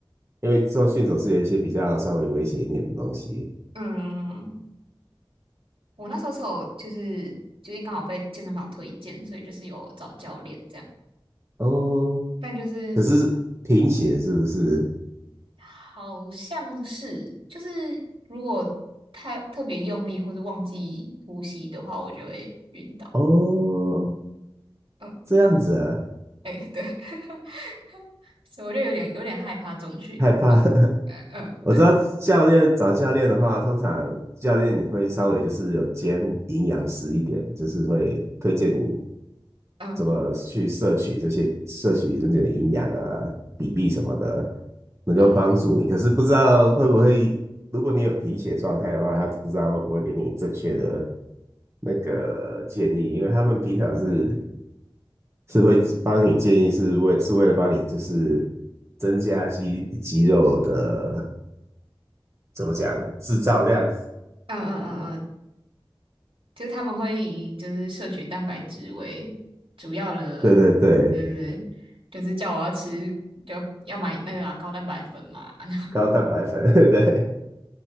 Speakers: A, on the right; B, on the right.
A: 因为重训总是有一些比较稍微危险一点的东西。
B: 嗯，我那时候是有就是最近刚好被健身房推荐，所以就是有找教练这样，
A: 哦，
B: 但就是
A: 可是贫血是不是？
B: 好像是就是如果太特别用力或是忘记呼吸的话，我就会晕倒。
A: 哦，
B: 嗯，
A: 这样子啊，
B: 哎、对，<laughs> 所以我就有点有点害怕中训。
A: 害怕。<laughs>
B: 嗯嗯，
A: 我知道教练找教练的话，
B: 对，
A: 通常教练也会稍微就是有兼营养师一点，就是会推荐你
B: 嗯
A: 怎么去摄取这些摄取那种营养啊、比例什么的，能够帮助你。
B: 嗯嗯
A: 可是不知道会不会，如果你有贫血状态的话，他不知道会不会给你正确的那个建议，因为他们平常是是会帮你建议，是为是为了帮你就是增加肌肌肉的怎么讲制造量？
B: 嗯嗯嗯嗯，就是他们会以就是摄取蛋白质为主要的，
A: 对对对，
B: 对对对就是叫我要吃，就要买那个啊高蛋白粉嘛，啊
A: 高蛋白粉，<laughs> 对，